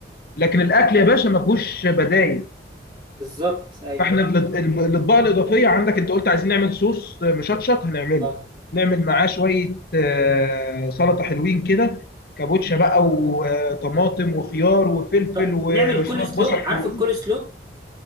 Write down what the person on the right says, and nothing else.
بالظبط ايوه
ايوه
اه
طب
نعمل كول
سلو عارف
الكول سلو